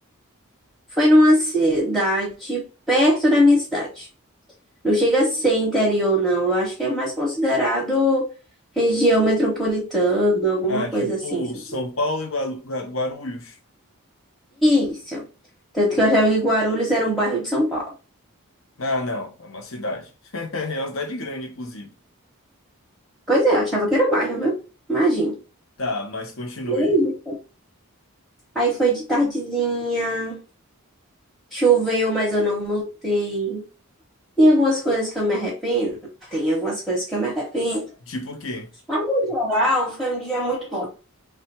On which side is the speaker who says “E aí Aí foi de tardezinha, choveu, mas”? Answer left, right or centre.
Centre